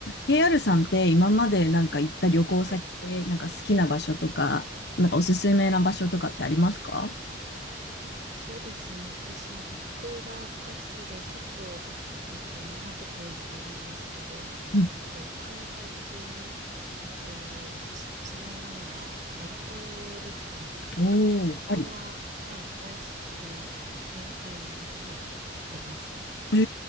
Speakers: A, on the left (about 60°); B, on the right (about 45°).
A: KR さんって今までなんか行った旅行先でなんか好きな場所とか、
B: はい。
A: なんかおすすめな場所とかってありますか
B: あ、そうですね。私、旅行が大好きで、結構、えっと、いろんなとこ行っているんですけど、
A: うん、
B: えっと、海外で、えっと、おすすめなのは、バリ島ですかね。
A: おーパリ。
B: バリ島は、はい、大好きで、4回ぐらい行ってます。
A: えー、